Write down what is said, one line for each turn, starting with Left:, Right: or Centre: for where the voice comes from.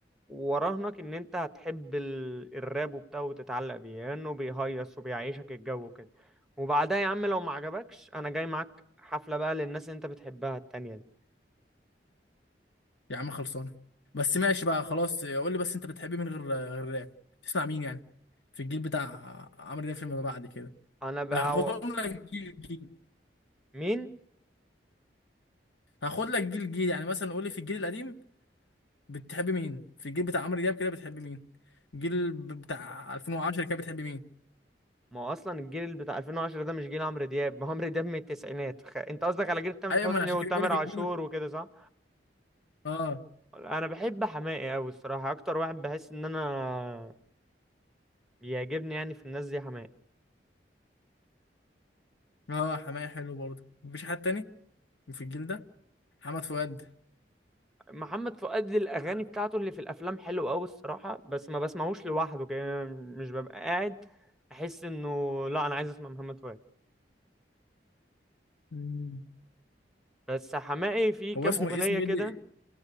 Centre: وراهنك ان انت هتحب ال... الراب وبتاع وتتعلق بيه لانه بيهيص وبيعيشك الجو كده وبعدها يا عم لو ما عجبكش انا جاي معاك حفله بقى للناس اللي انت بتحبها التانية دي
Left: يا عم خلصانه بس ماشي بقى خلاص قول لي بس انت بتحب مين غير غير راب تسمع مين يعني في الجيل بتاع عمرو دياب فيما بعد كده
Centre: انا بقى
Left: هاخدهم
Centre: و...
Left: لك جيل جيل
Centre: مين
Left: هاخد لك جيل جيل يعني مثلا قول لي في الجيل القديم بتحب مين في الجيل بتاع عمرو دياب كده بتحب مين الجيل ب- بتاع 2010 كده بتحب مين
Centre: ما هو اصلا الجيل بتاع 2010 ده مش جيل عمرو دياب ما هو عمرو دياب من التسعينات خ... انت قصدك على جيل تامر
Left: ايوه
Centre: حسني
Left: ما انا عشان
Centre: وتامر
Left: كده بقول لك
Centre: عاشور
Left: الجيل
Centre: وكده صح
Left: اه
Centre: انا بحب حماقي قوي الصراحه اكتر واحد بحس ان انا بيعجبني يعني في الناس دي حماقي
Left: اه حماية حلو برضه مفيش حد تاني في الجيل ده محمد فؤاد
Centre: محمد فؤاد الاغاني
Left: آه.
Centre: بتاعته اللي في الافلام حلوه قوي الصراحه بس ما بسمعوش لوحده كده مش ببقى قاعد احس انه لا انا عايز اسمع محمد فؤاد
Left: مم.
Centre: بس حماقي في كام
Left: هو اسمه
Centre: اغنيه
Left: اسمه
Centre: كده
Left: ايه اللي